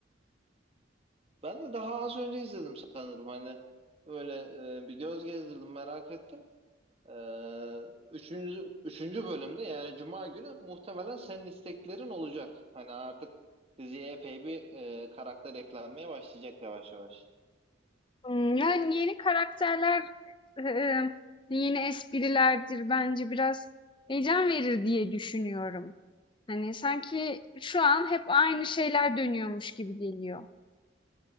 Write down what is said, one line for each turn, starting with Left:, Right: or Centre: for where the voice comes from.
Right: Ben de daha az önce izledim sanırım. Hani böyle e, bir göz gezdirdim merak ettim. Ee, üçüncü, üçüncü bölümde yani Cuma günü muhtemelen senin isteklerin olacak. Hani artık diziye epey bir e, karakter eklenmeye başlayacak yavaş yavaş.
Left: Hmm, yani yeni karakterler e, e, yeni esprilerdir bence biraz heyecan verir diye düşünüyorum. Hani sanki şu an hep aynı şeyler dönüyormuş gibi geliyor.